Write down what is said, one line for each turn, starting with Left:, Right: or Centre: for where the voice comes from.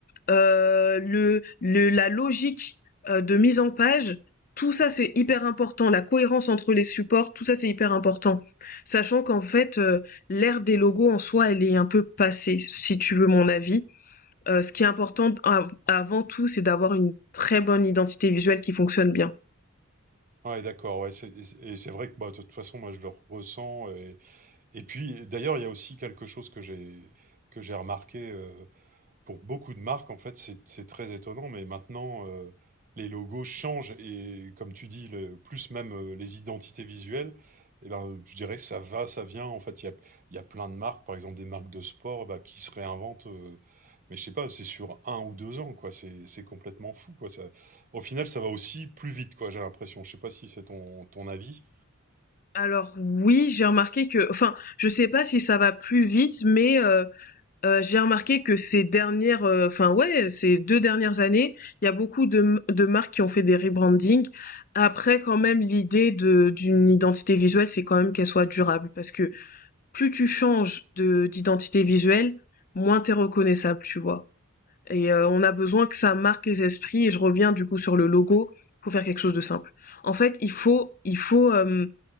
Left: euh, le, le- la logique euh, de mise en page, tout ça c'est hyper important. La cohérence entre les supports, tout ça c'est hyper important. Sachant qu'en fait, euh, l'ère des logos en soi, elle est un peu passée, si tu veux mon avis. Euh, ce qui est important av- avant tout, c'est d'avoir une très bonne identité visuelle qui fonctionne bien.
Right: Ouais, d'accord, ouais, c'est et c'est vrai que, bah, de toute façon, moi, je le ressens et et puis, d'ailleurs, il y a aussi quelque chose que j'ai que j'ai remarqué, euh, pour beaucoup de marques, en fait, c'est c'est très étonnant, mais maintenant, euh, les logos changent et, comme tu dis, le, plus même euh, les identités visuelles, eh ben, je dirais que ça va, ça vient. En fait, il y a, il y a plein de marques, par exemple des marques de sport, bah, qui se réinventent, euh, mais je sais pas, c'est sur un ou deux ans, quoi. C'est c'est complètement fou, quoi. Ça, au final, ça va aussi plus vite, quoi, j'ai l'impression. Je sais pas si c'est ton, ton avis.
Left: Alors oui, j'ai remarqué que, enfin, je sais pas si ça va plus vite, mais euh, Heu, j'ai remarqué que ces dernières, heu, enfin ouais, ces 2 dernières années, il y a beaucoup de de marques qui ont fait des rebrandings. Après quand même l'idée de d'une identité visuelle, c'est quand même qu'elle soit durable parce que plus tu changes de d'identité visuelle, moins t'es reconnaissable, tu vois? Et heu, on a besoin que ça marque les esprits et je reviens du coup sur le logo, faut faire quelque chose de simple. En fait, il faut il faut, hem